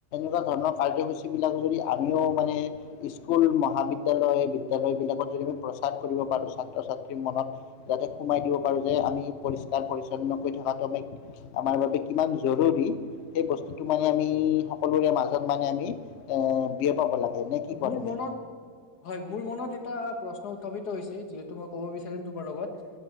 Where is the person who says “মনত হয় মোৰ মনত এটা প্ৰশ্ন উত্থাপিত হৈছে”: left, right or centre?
Left